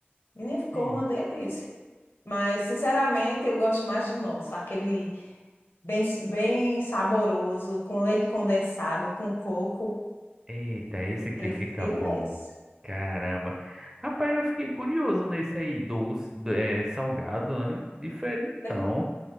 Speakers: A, on the left; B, on the right.
A: Menina, ficou
B: sim.
A: uma delícia. Mas,
B: Oxe.
A: sinceramente, eu gosto mais do nosso, aquele bem, bem saboroso, com leite condensado, com coco.
B: Eita, esse que
A: Prefiro
B: fica bom.
A: esse.
B: Caramba. Rapaz, eu fiquei curioso nesse aí, doce, é, salgado, né? Diferentão.
A: De-